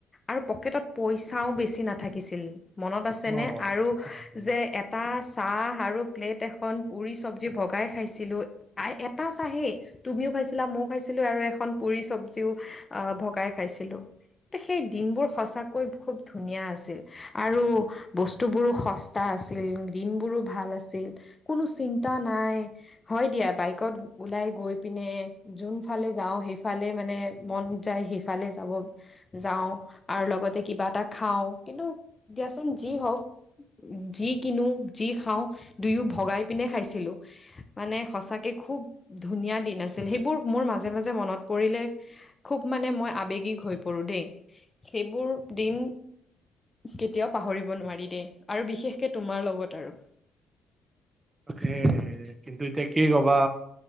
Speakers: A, on the left; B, on the right.
A: আৰু পকেটত পইচাও বেছি নাথাকিছিল। মনত আছেনে
B: অ
A: আৰু
B: আছে
A: যে এটা চাহ আৰু প্লেট এখন পুৰি চবজি ভগাই খাইছিলো। আ এটা চাহেই, তুমিও খাইছিলা, মইও খাইছিলো আৰু এখন পুৰি চবজিও অ ভগাই খাই আছিলোঁ। ত সেই দিনবোৰ সঁচাকৈ খুব ধুনীয়া আছিল, আৰু বস্তুবোৰো সস্তা আছিল দিনবোৰো ভাল আছিল, কোনো চিন্তা নাই হয় দিয়া। বাইকত ওলাই গৈ পিনে যোনফালে যাওঁ সেইফালে মানে মন যায় সেইফালে য যাওঁ আৰু লগতে কিবা এটা খাওঁ কিন্তু দিয়াচোন যি হওক। যি কিনো যি খাওঁ দুয়ো ভগাই পিনে খাইছিলো মানে সঁচাকে খুব ধুনীয়া দিন আছিল সেইবোৰ মোৰ মাজে মাজে মনত পৰিলে খুব মানে মই আবেগিক হৈ পৰো দেই, সেই বোৰ দিন কেতিয়াও পাহৰিব নোৱাৰি দেই আৰু বিশেষকে তোমাৰ লগত আৰু।
B: সে কিন্তু এতিয়া কি কবা?